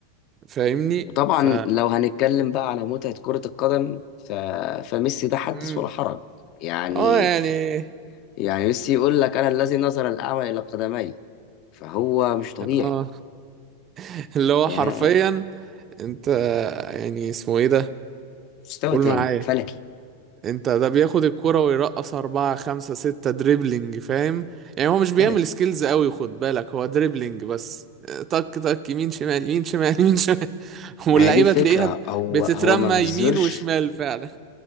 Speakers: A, on the right (about 30°); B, on the left (about 40°).
A: فاهمني
B: وطبعا
A: ف
B: لو هنتكلم بقى على متعة كرة القدم ف... فميسي ده حدث
A: مم.
B: ولا حرج يعني
A: اه يعني
B: يعني ميسي يقول لك انا الذي نظر الاعمى الى قدمي فهو مش طبيعي
A: اه <laughs> اللي هو
B: ده
A: حرفيا انت يعني اسمه ايه ده
B: مستوى
A: قول
B: تاني
A: معايا
B: فلكي
A: انت ده بياخد الكرة ويرقص أربعة خمسة ستة دريبلينج فاهم يعني هو مش بيعمل
B: فلكي
A: سكيلز قوي خد بالك هو دريبلينج بس تك تك يمين شمال يمين شمال يمين شمال <laughs> واللعيبة
B: ما هي دي الفكرة
A: تلاقيها
B: هو
A: بتترمى
B: هو ما بيظهرش
A: يمين وشمال فعلا